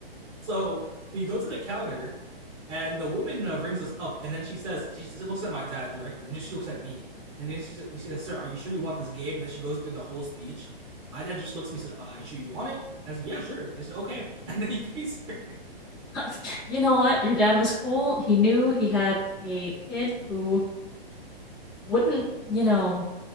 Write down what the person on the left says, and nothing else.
<laughs> you know what? Your dad was cool. He knew he had a kid who wouldn't, you know,